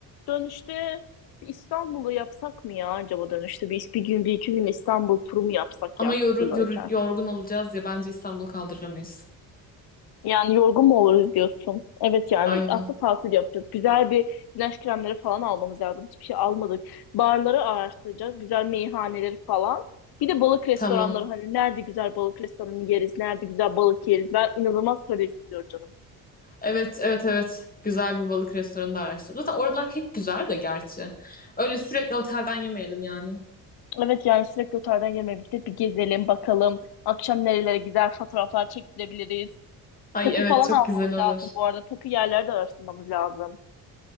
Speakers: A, on the left; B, on the left.
A: dönüşte bir İstanbul'u yapsak mı ya acaba dönüşte? Bir, bir gün bir iki gün İstanbul turu mu yapsak
B: Ama
A: ya kısımdayken?
B: yoru, yoru- yorgun olacağız ya. Bence İstanbul kaldıramayız.
A: Yani yorgun mu oluruz diyorsun. Evet yani
B: Aynen.
A: aslında tatil yapacağız. Güzel bir güneş kremleri falan almamız lazım. Hiçbir şey almadık. Barları araştıracağız. Güzel meyhaneleri falan. Bir de balık restoranları
B: Tamam.
A: hani nerede güzel balık restoranı yeriz, nerede güzel balık yeriz. Ben inanılmaz kare istiyorum canım.
B: Evet, evet, evet. Güzel bir balık restoranı da araştır. Zaten oralar hep güzel de gerçi. Öyle sürekli otelden yemeyelim yani.
A: Evet yani sürekli otelden yemeğe gidip bir gezelim bakalım. Akşam nerelere gider fotoğraflar çektirebiliriz.
B: Ay
A: Takı
B: evet
A: falan
B: çok
A: almamız
B: güzel olur.
A: lazım bu arada. Takı yerlerde araştırmamız lazım.